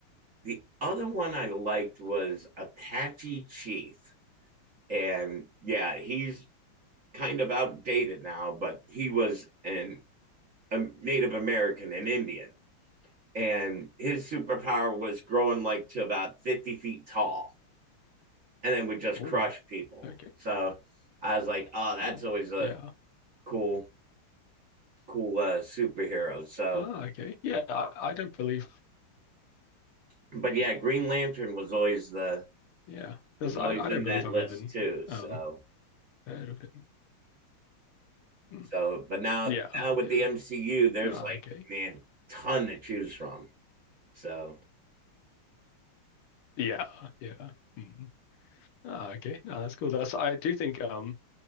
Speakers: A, on the right (about 45°); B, on the left (about 85°).
A: the other one I liked was Apache Chief, and yeah, he's kind of outdated now, but he was an a Native American, an Indian, and his superpower was growing like to about fifty feet tall and then would just
B: Oh.
A: crush people.
B: Okay.
A: So I was like, oh, that's
B: Mm.
A: always a
B: Yeah.
A: cool, cool uh, superhero. So,
B: Oh, okay. Yeah, I, I don't believe.
A: but yeah,
B: mm,
A: Green Lantern was always the
B: Yeah, because
A: was
B: I,
A: always
B: I
A: in
B: don't believe
A: that
B: I've
A: list
B: even
A: too. So,
B: um heard of him. Mm,
A: so, but now
B: Yeah,
A: now with
B: yeah.
A: the MCU, there's
B: Oh,
A: like
B: okay.
A: man, ton to choose from. So,
B: Yeah, yeah. Mm. Oh, okay. No, that's cool. That's I do think um